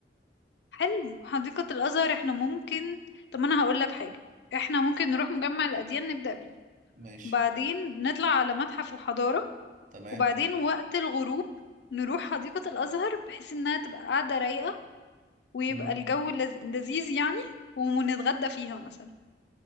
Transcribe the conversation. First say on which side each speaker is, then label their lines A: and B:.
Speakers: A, on the left; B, on the right.
A: حلو حديقة الأزهر احنا ممكن طب أنا هقول لك حاجة احنا ممكن نروح مجمع الأديان نبدأ بيه
B: ماشي
A: وبعدين نطلع على متحف الحضارة
B: تمام
A: وبعدين وقت الغروب نروح حديقة الأزهر بحيث إنها تبقى قاعدة رايقة ويبقى
B: مم.
A: الجو لز... لذيذ يعني ونتغدى فيها مثلا